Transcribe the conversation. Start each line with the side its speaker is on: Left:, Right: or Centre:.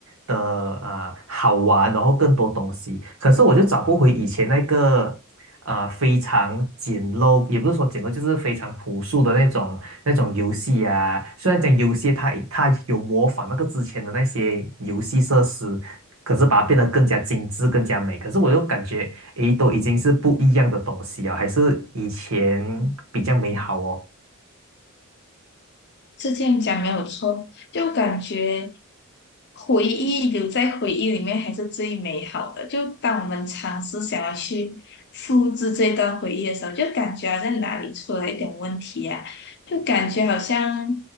Right: 的啊、好玩，然后更多东西。可是我就找不回以前那个呃非常简陋，也不是说简陋，就是非常朴素的那种那种游戏啊。虽然讲游戏它它有模仿那个之前的那些游戏设施，可是把它变得更加精致、更加美。可是我又感觉，诶，都已经是不一样的东西啊，还是以前比较美好哦。
Left: 是这样讲没有错，就感觉回忆留在回忆里面还是最美好的。就当我们尝试想要去复制这段回忆的时候，就感觉好像哪里出了一点问题啊，就感觉好像